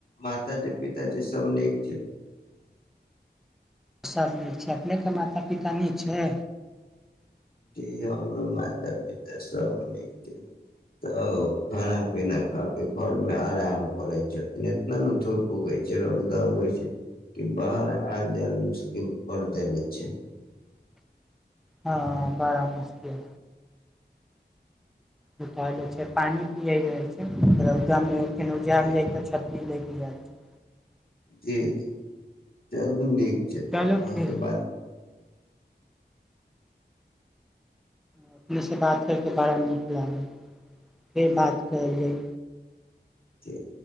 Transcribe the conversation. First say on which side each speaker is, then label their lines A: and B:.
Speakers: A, on the left (about 55°); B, in the centre.
A: मताजी पिताजी सब निक
B: सब नीक छै अपनेक माता पिता नीक छै
A: जी हमरो माता पिता सब नीक छै तऽ खाना पीना खाके घर मे आराम करै छथिन इतना ने धूप उगै छै रौदा उगै छै कि बाहर आयल जायल मुश्किल कर देले छै
B: हँ बाड़ा मुश्किल उठालै छै पानि पियै रहै छै रौदामे केनाहु जायल
A: जी
B: जाइ तऽ छथि ई लैके जाइ छै
A: जी जी चलू नीक त
B: चलू
A: अहाँ
B: ठीक
A: से बात
B: अपनेसँ बात करि कऽ बड़ा नीक लागै फेर बात करल जाइ
A: ठीक